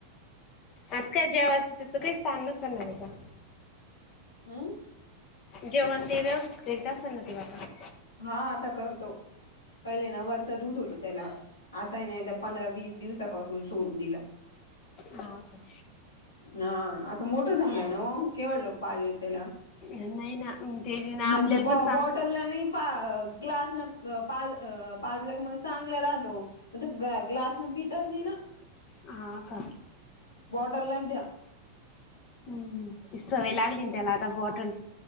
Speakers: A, on the left (about 35°); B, on the left (about 70°).
A: आज काय जेवाचं त्याचं काही स्थान नसेल ना त्याच
B: हम्म.
A: जेवण ते व्यवस्थित करीता असना ते मक
B: हा आता करतो. पहिले ना वरचा दूध होत त्याला आताही ना एकदा पंधरा वीस दिवसापासून सोडून दिला.
A: ह का?
B: हा आता मोठं झालंय न केवळ लोक पाहिज त्याला.
A: नाही ना ते ना
B: म्हणजे
A: आपल्याला
B: ब
A: पण चांग
B: बॉटलला नाही. <unintelligible> तिथंच तीन..
A: ह का?
B: <unintelligible>
A: हम्म ती सवय लागली ना त्याला आता बॉटल.